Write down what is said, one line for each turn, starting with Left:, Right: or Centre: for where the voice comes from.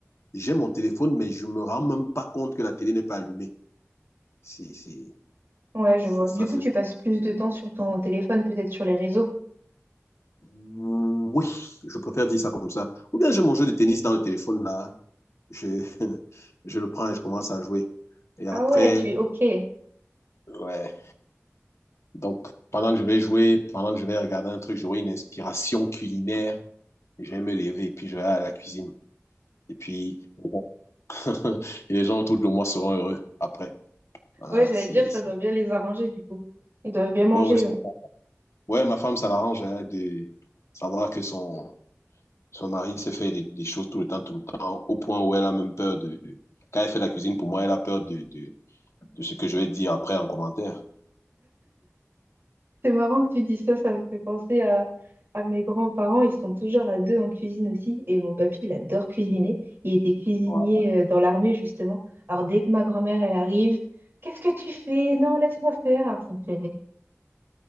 Left: J'ai mon téléphone, mais je ne me rends même pas compte que la télé n'est pas allumée. C'est, c'est,
Right: Ouais, je
Left: ça,
Right: vois.
Left: ça
Right: Du coup,
Left: c'est...
Right: tu passes plus de temps sur ton téléphone, peut-être sur les réseaux.
Left: Oui, je préfère dire ça comme ça. Ou bien j'ai mon jeu de tennis dans le téléphone, là. Je, <laughs> je le prends et je commence à jouer. Et après,
Right: Ah ouais, tu es ok.
Left: ouais. Donc, pendant que je vais jouer, pendant que je vais regarder un truc, j'aurai une inspiration culinaire. Je vais me lever et puis je vais à la cuisine. Et puis, <laughs> Et les gens autour de moi seront heureux après. Voilà,
Right: Ouais, j'allais
Left: si,
Right: dire, ça
Left: si.
Right: doit bien les arranger du coup. Ils doivent bien manger.
Left: Ouais, ouais, ça-
Right: eux.
Left: ouais, ma femme, ça l'arrange hein, de savoir que son, son mari se fait des, des choses tout le temps, tout le temps, au point où elle a même peur de, de- Quand elle fait la cuisine, pour moi, elle a peur de, de, de ce que je vais dire après en commentaire.
Right: C'est marrant que tu dis ça, ça me fait penser à, à mes grands-parents. Ils sont toujours à deux en cuisine aussi. Et mon papy, il adore cuisiner. Il était cuisinier
Left: Voilà,
Right: euh, dans l'armée, justement. Alors, dès que ma grand-mère, elle arrive, qu'est-ce que tu fais? Non, laisse-moi faire. Alors, ça me fait rire.